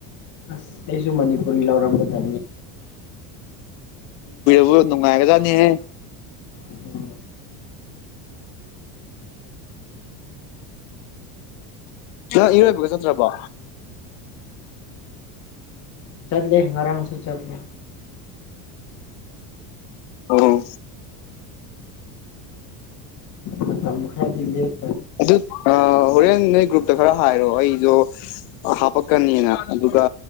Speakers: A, on the left; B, on the left.
A: ꯑꯁ ꯑꯩꯁꯨ ꯃꯅꯤꯄꯨꯔꯔꯤ ꯂꯥꯎꯔꯝ ꯀꯗ
B: ꯕꯨ ꯅꯨꯡꯉꯥꯏꯒ ꯆꯅꯤ ꯍꯥꯏꯦ
A: ꯎꯝ
B: ꯅ ꯏꯔꯣꯏꯕꯒ ꯆꯠꯇ꯭ꯔꯕꯣ
A: ꯆꯠꯂ ꯑꯔꯝꯁ ꯆꯠꯂꯦ
B: ꯑꯣ
A: ꯃꯇꯝ ꯈꯔꯗꯤ ꯂꯦꯞ
B: ꯑꯗꯨ ꯑ ꯍꯣꯔꯦꯟ ꯅꯣꯏ ꯒ꯭ꯔꯨꯞꯇ ꯈꯔ ꯍꯥꯏꯔꯣ ꯑꯩꯁꯨꯣ ꯍꯥꯄꯛꯀꯅꯤꯅ ꯑꯗꯨꯒ